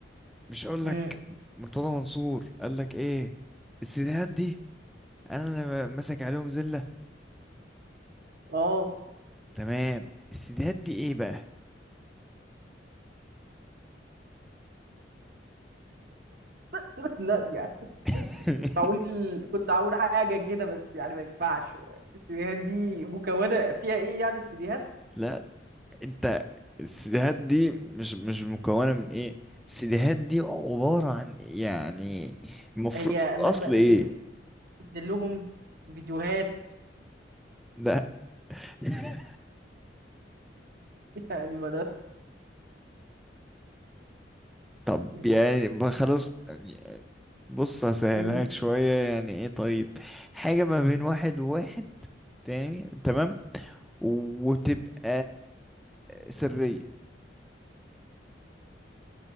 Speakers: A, in the centre; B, on the right.
A: مش اقول
B: امم
A: لك مرتضى منصور قال لك ايه السيديهات دي انا اللي ماسك عليهم زلة
B: اه
A: تمام السيديهات دي ايه بقى
B: <laughs> لا يعني
A: <laughs>
B: كنت هقول كنت هقول حاجه كده بس يعني ما ينفعش السيديهات دي مكونه فيها ايه يعني السيديهات
A: لا انت السيديهات دي مش مش مكونة من ايه السيديهات دي عبارة عن يعني المفروض
B: هي
A: في الاصل
B: م... م...
A: ايه
B: ز- بينزل لهم فيديوهات
A: لا <laughs>
B: <laughs> يعني ما ده
A: طب
B: <laughs>
A: يعني ما خلاص يعني بص هسهلها
B: أمم،
A: لك شوية يعني ايه طيب حاجة ما بين واحد وواحد تاني تمام وتبقى سرية